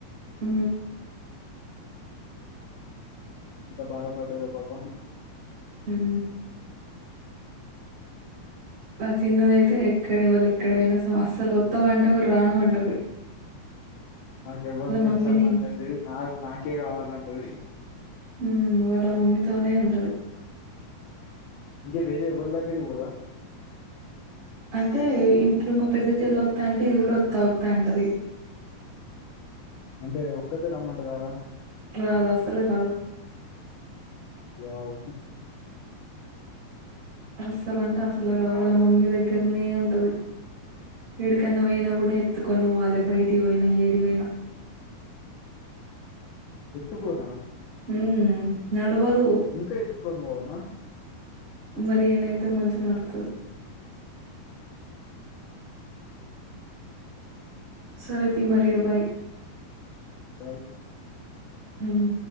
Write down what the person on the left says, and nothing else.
ఎంత బాధ పడ్డదో పాపం
నాకు ఎవ్వలతోటి
సంబంధం లేదు నాది నాకే కావాలంటది
ఇంక వేరే ఎవళ్ళ దగ్గరకి పొద
అంటే ఒక్కతే రమ్మంటే రారా
వావ్
ఎత్తుకోనా
ఇంకా ఎత్తుకొని పోవాల్న
బాయ్